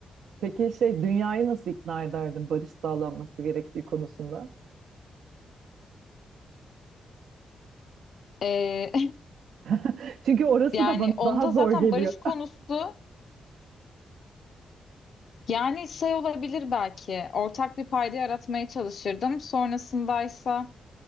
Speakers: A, on the right (about 85°); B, on the left (about 60°).
A: Peki şey dünyayı nasıl ikna ederdin barış sağlanması gerektiği konusunda?
B: E,
A: <laughs> Çünkü
B: <laughs>
A: orası
B: yani
A: da bana
B: onda
A: daha zor
B: zaten
A: geliyor.
B: barış konusu yani şey olabilir belki ortak bir payda yaratmaya çalışırdım. Sonrasındaysa